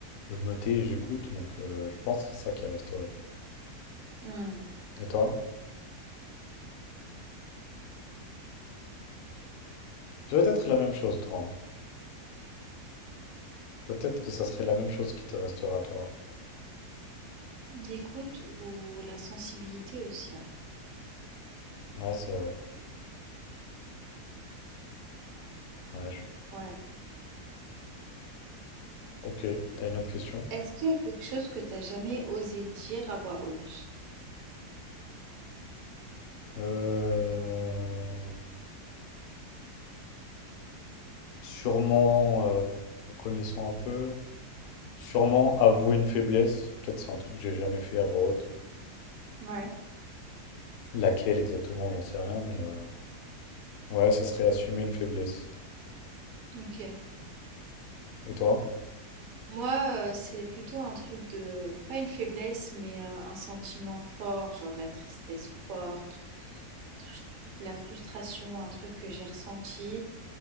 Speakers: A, on the left (about 75°); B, on the right (about 65°).
A: je me tais et j'écoute. Donc, euh, je pense que c'est ça qui resterait.
B: Hmm.
A: Et toi? Peut-être la même chose, toi. hein. Peut-être que ça serait la même chose qui te restera, toi.
B: L'écoute ou la sensibilité aussi, hein.
A: Ouais, c'est vrai. Ouais. je-
B: Ouais.
A: Ok. T'as une autre question?
B: Est-ce qu'il y a quelque chose que t'as jamais osé dire à voix haute?
A: Euh, sûrement, euh, me connaissant un peu, sûrement avouer une faiblesse. Peut-être c'est un truc que j'ai jamais fait à voix haute.
B: Ouais.
A: Laquelle exactement, j'en sais rien, mais euh, ouais, ça serait assumer une faiblesse.
B: OK.
A: Et toi?
B: Moi, euh, c'est plutôt un truc de, pas une faiblesse, mais euh, un sentiment fort, genre de la tristesse forte, trus- de la frustration, un truc que j'ai ressenti,